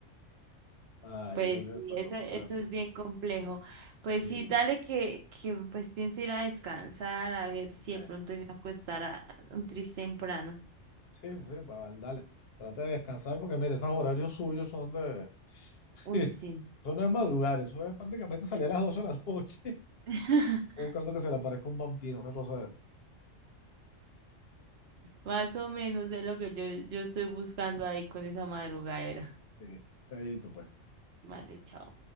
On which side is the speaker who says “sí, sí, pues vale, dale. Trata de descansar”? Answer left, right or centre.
Left